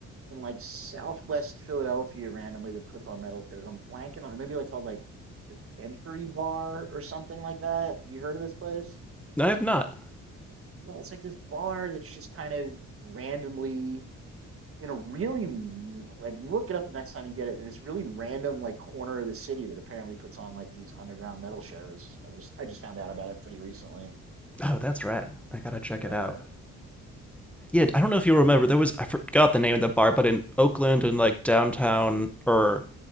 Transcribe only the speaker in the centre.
No, I have not.
Oh, that's right. I gotta check
it out. Yeah, I don't know if you remember, there was, I forgot the name of the bar, but in Oakland and like downtown, or